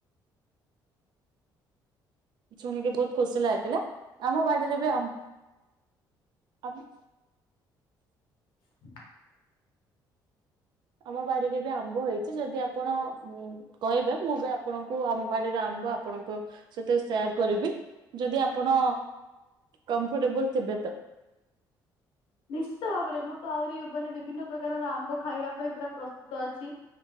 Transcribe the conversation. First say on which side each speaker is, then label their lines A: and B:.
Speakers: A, on the right (about 60°); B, on the left (about 75°).
A: ଶୁଣିକି ବହୁତ ଖୁସି ଲାଗିଲା, ଆମ ବାଡିରେ ବି ଆମ୍, ଆଜ୍ଞା
B: <unintelligible>
A: ଆମ ବାଡିରେ ବି ଆମ୍ବ ହେଇଛି ଯଦି ଆପଣ ଉଁ କହିବେ ମୁଁ ବି ଆପଣଙ୍କୁ ଆମ ବାଡିର ଆମ୍ବ ଆପଣଙ୍କ ସହିତ ଶେୟାର କରିବି। ଯଦି ଆପଣ, କମ୍ଫଟେବୁଲ୍ ଥିବେ ତ
B: ନିଶ୍ଚିତ ଭାବରେ ମୁଁ ତ ଆହୁରି ମାନେ ବିଭିନ୍ନ ପ୍ରକାରର ଆମ୍ବ ଖାଇବା ପାଇଁ ପୁରା ପ୍ରସ୍ତୁତ ଅଛି।